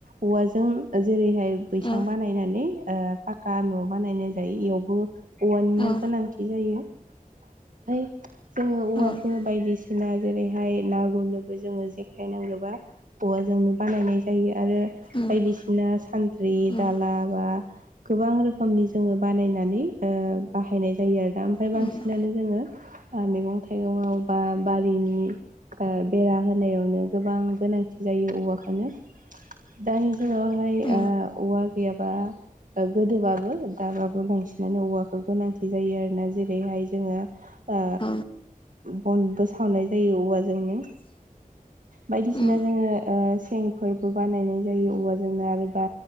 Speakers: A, on the right; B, on the left.
A: उवाजों जेरैहाय बैसां
B: औ
A: बानायनानै ओ पाख्खा न' बानायनाय जायो इयावबो औवानिनो
B: औ
A: गोनां <unintelligible> जायो ओमफाय जोङो औवाखौ
B: औ उम
A: बायदिसिना <unintelligible> जेरैहाय ना गुरनो जोङो जेखाय नांगोबा औवाजोंनो बानायनाय जायो आरो
B: उम
A: बायदिसिना सानद्रि
B: उम
A: दाला बा गोबां रोखोमनि जोङो बानायनानै ओ बाहायनाय जायो आरोना ओमफाय
B: उम
A: बांसिनानो जोङो ओ मेगं थाइगङाव बा बारिनि ओ बेरा होनायावनो गोबां गोनांथि जायो औवाखोनो दानि जुगावहाय
B: उम
A: ओ औवा गैयाबा ओ गोदोबाबो दाबाबो बांसिनानो औवाखो गोनांथि जायो आरोना जेरैहाय जोङो ओ
B: औ
A: बनबो सावनाय जायो औवाजोंनो बायदिसिना
B: उम
A: जोङो ओ सेंफोरबो बानायनाय जायो औवाजोंनो आरोबा